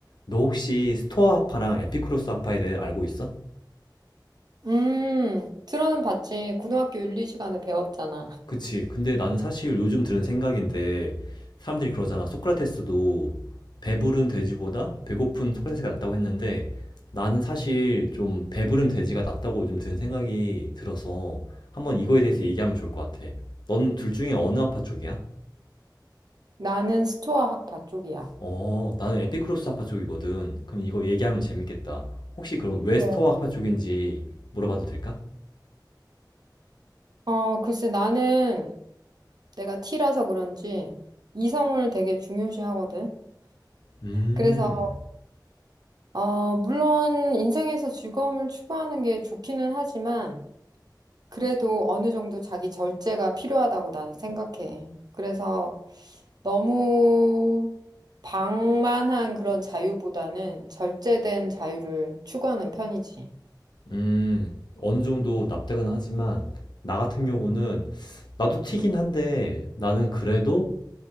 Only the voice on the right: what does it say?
음, 들어는 봤지. 고등학교 윤리 시간에 배웠잖아.
나는 스토아 학파 쪽이야.
그래.
어, 글쎄, 나는 내가 T라서 그런지 이성을 되게 중요시하거든.
그래서, 어, 물론 인생에서 즐거움을 추구하는 게 좋기는 하지만, 그래도 어느 정도 자기 절제가 필요하다고 나는 생각해. 그래서 너무 방만한 그런 자유보다는 절제된 자유를 추구하는 편이지.